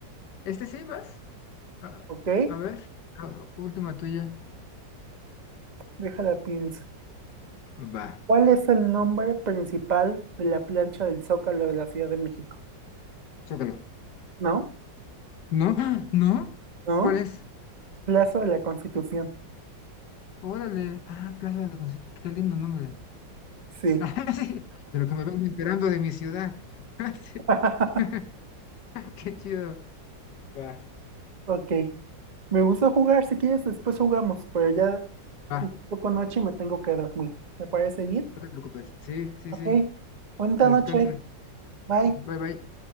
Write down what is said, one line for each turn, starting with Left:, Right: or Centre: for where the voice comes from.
Left: ¿Este sí vas? A,
Right: Ok,
Left: a ver, la última tuya.
Right: déjala pienso.
Left: Va,
Right: ¿Cuál es el nombre principal de la plancha del Zócalo de la Ciudad de México?
Left: zócalo.
Right: ¿No?
Left: ¿No? <gasps> ¡Ah! ¿No?
Right: ¿No?
Left: ¿Cuál es?
Right: Plazo de la Constitución.
Left: Órale, ah, Plaza de la Constitución, qué lindo nombre. <laughs>
Right: Sí.
Left: Ah, sí, de lo que me vengo enterando de mi ciudad. <laughs> Ah, sí,
Right: <laughs>
Left: <laughs> Qué chido. Va,
Right: Ok. Me gusta jugar. Si quieres, después jugamos, pero ya
Left: va,
Right: es un poco noche y me tengo que dormir. ¿Te parece bien?
Left: no te preocupes. Sí, sí,
Right: Ok.
Left: sí.
Right: Buena
Left: Descansa.
Right: noche. Bye.
Left: Bye, bye.